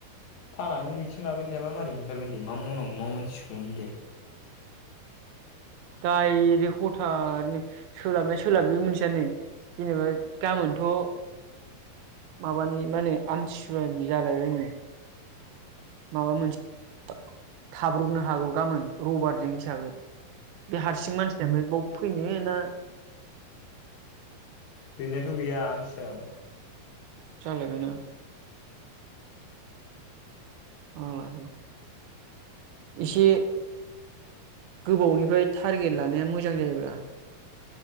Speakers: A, on the left; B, on the right.
A: फाग्लानि मिथिं लाबाय थायाबा मारै ओंखारगोन दे मा मावनांगौ मा मानथिगौमोन दे।
B: डाइरेक्ट हथानो सोलाबनाया सोलाब बे मोनथियाबो नै जेनेबा गाबोनथ' माबानि मा होनो आमथिसुवानि जालायबायनो माबा मोनसे थाब्रबनो हागौ गाबोन रबारजों हिसाबै बे हारसिं मानसिया ओमफाय बाव फैनो ना
A: गैनायाथ' गैया आमथिसुयाव
B: जालाय बायना। <unintelligible> एसे गोबावनिफ्राय टारगेट लानाया मोजां जायोब्रा।